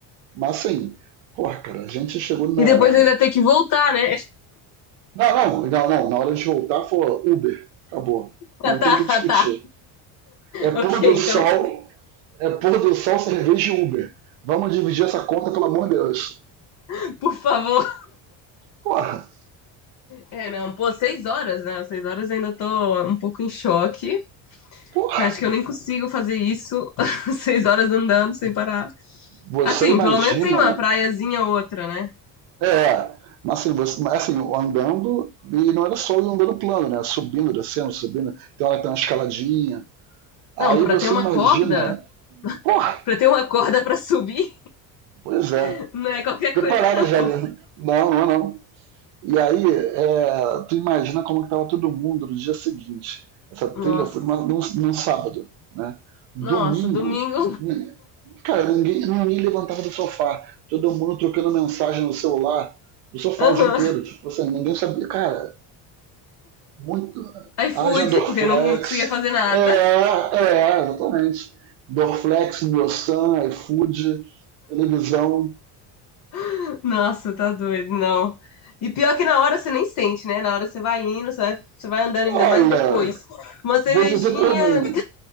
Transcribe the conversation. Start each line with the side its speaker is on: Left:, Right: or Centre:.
Right: Mas assim, porra, cara, a gente chegou na,
Left: E depois ainda tem que voltar, né? <laughs>
Right: Não, não, não, não. Na hora de voltar, for Uber. Acabou.
Left: Tá,
Right: Não
Left: tá,
Right: tem que discutir.
Left: tá.
Right: É pôr
Left: Ok,
Right: do
Left: então,
Right: sol, é pôr do sol, cerveja e Uber. Vamos dividir essa conta, pelo amor de Deus.
Left: <laughs> por favor.
Right: Porra,
Left: É, não, pô, seis horas, né? Seis horas eu ainda tô um pouco em choque.
Right: porra.
Left: Eu Acho que eu nem consigo fazer isso. <laughs> Seis horas andando sem parar.
Right: Você
Left: Assim,
Right: imagina.
Left: pelo menos tem uma praiazinha ou outra, né?
Right: É. Mas assim, você, mas, assim, andando, e não era só andando plano, né? Subindo, descendo, subindo. Tem hora que tem uma escaladinha. Aí
Left: Não, pra
Right: você
Left: ter uma
Right: imagina.
Left: corda,
Right: Porra,
Left: pra ter uma <laughs> corda pra subir,
Right: pois é.
Left: <laughs> não é qualquer
Right: Preparada
Left: coisa,
Right: já,
Left: não.
Right: né? Não, não, não. E aí, é, tu imagina como que tava todo mundo no dia seguinte. Essa
Left: Nossa,
Right: trilha foi numa- num, num sábado, né? Domingo,
Left: nossa, domingo.
Right: n- cara, ninguém, ninguém levantava do sofá. Todo mundo trocando mensagem no celular do sofá
Left: <laughs> Aham.
Right: o dia inteiro. Tipo assim, ninguém sabia. Cara, muito.
Left: iFood,
Right: Haja Dorflex.
Left: porque não, não conseguia fazer nada.
Right: É, é, exatamente. Dorflex, Miosan, iFood, televisão.
Left: <laughs> Nossa, tá doido, não. E pior que na hora você nem sente, né? Na hora você vai indo, você vai, você vai andando
Right: Olha,
Left: ainda mais depois. Uma cervejinha.
Right: vou dizer por mim,